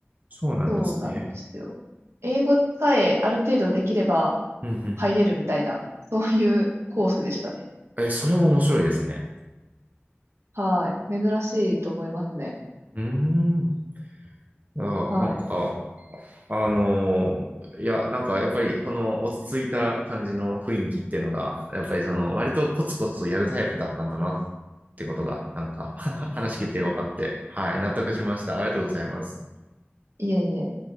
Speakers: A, on the right (about 40°); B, on the right (about 85°).
A: そうなんですね。
B: そうなんですよ。英語さえある程度できれば
A: うんうん
B: 入れるみたいな、そういうコースでしたね。
A: え、それも面白いですね。
B: はい。珍しいと思いますね。
A: うん。ーん。あなんか、
B: はい。
A: あのーいや、なんかやっぱりこの落ち着いた感じの雰囲気っていうのが、やっぱりその割とコツコツとやるタイプだったんだなってことが、なんか <laughs> 話聞いて分かって、はい、納得しました。ありがとうございます。
B: いえいえ。